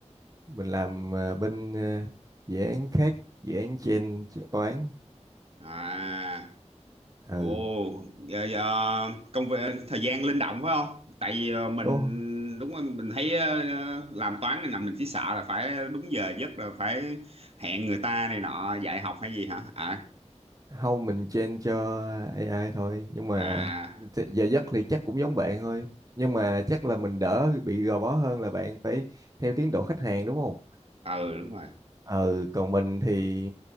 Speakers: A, on the right (about 30°); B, on the right (about 55°).
A: mình làm à, bên à, dự án khác dự án trên
B: Ừ.
A: toán
B: À,
A: ừ
B: ồ, giờ, giờ công việc thời gian linh động phải không? Tại vì ờ, mình
A: đúng
B: đúng rồi, mình thấy ờ, làm toán này nọ mình chỉ sợ là phải đúng giờ giấc là phải hẹn người ta này nọ dạy học hay gì hả? À,
A: không mình train cho AI thôi nhưng mà
B: à
A: t- giờ giấc thì chắc cũng giống bạn thôi nhưng mà chắc là mình đỡ bị gò bó hơn là bạn phải theo tiến độ khách hàng đúng không
B: ừ đúng rồi
A: ừ còn mình thì